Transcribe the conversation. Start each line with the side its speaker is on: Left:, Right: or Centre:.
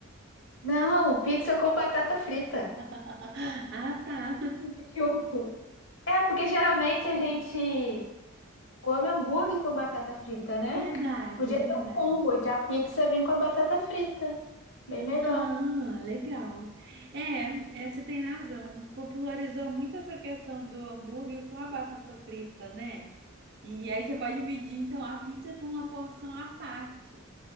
Left: Não, pizza com batata frita.
Right: <laughs> Ah, tá.
Left: <laughs> Junto. É, porque geralmente a gente Come hambúrguer com batata frita, né?
Right: Verdade,
Left: Podia
Right: verdade.
Left: ter um combo de a pizza vir com a batata frita. Bem melhor.
Right: Ah, legal. É, é, você tem razão. Popularizou muito essa questão do hambúrguer com a batata frita, né? E aí você pode pedir, então, a pizza com uma porção à parte.